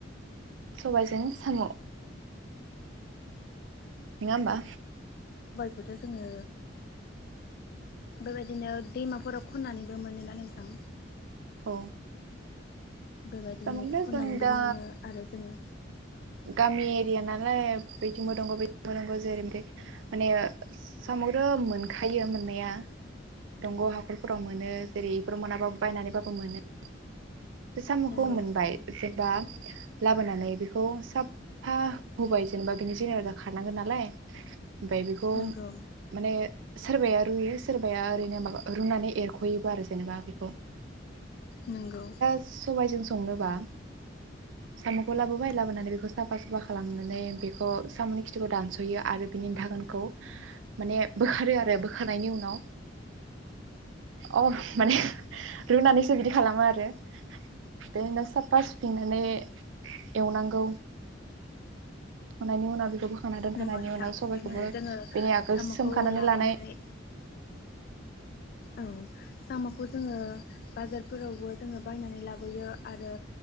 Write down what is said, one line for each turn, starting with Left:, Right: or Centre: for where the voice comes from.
Right: सबायजों साम' नङा होमबा
Left: बेखौथ' जोङो बेबायदिनो दैमाफोराव खननानैबो मोनोना नोंथां
Right: औ
Left: बेबायदिनो
Right: साम'खौथ'
Left: खननानैबो
Right: जों दा
Left: मोनो आरो जोङो
Right: गामि एरिया नालाय बैथिंबो दङ बथिंबो दङ जेरै मेरै माने सामखौथ मोनखायो मोननाया दंग' हाखरफोराव मोनो जेरै बेफोराव मोनाबाबो बायनानैबाबो मोनो साम'खौ
Left: नंगौ
Right: मोनबाय जेनेबा लाबोनानै बेखौ साफा हुबाय जेनेबा बिनि जेनेरा खारनांगोन नालाय ओमफाय बेखौ
Left: नंगौ
Right: माने सोरबाया रुयो सोरबाया ओरैनो माबा रुनानै एरख'योबो आरो जेनेबा बेखौ।
Left: नोंगौ।
Right: सबायजों संनो बां साम'खौ लाबोबाय लाबोनानै बेखौ साफा सुफा खालामनानै बेखौ साम'नि खिथिखौ दानस'यो आरो बिनि दागोनखौ माने बोखारो आरो बोखारनायनि उनाव अ माने रुनानैसो बिदि खालामो आरो। बेदिनो साफा सुफिननानै एवनांगौ। <unintelligible>
Left: नंगौ नोंथां
Right: उनाव सबायखौबो
Left: जोङो
Right: बेनि आगोल
Left: साम'खौ
Right: सोमखानानै
Left: लाबोनानै
Right: लानाय
Left: औ। साम'खौ जोङो बाजारफोरावबो जोङो बायनानै लाबोयो आरो